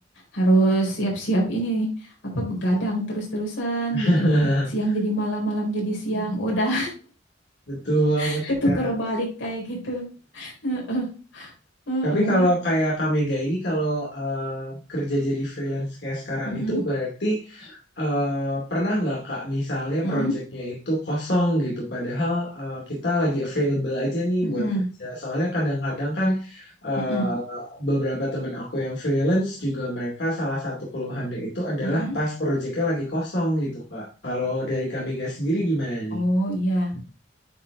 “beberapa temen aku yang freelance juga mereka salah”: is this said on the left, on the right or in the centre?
Left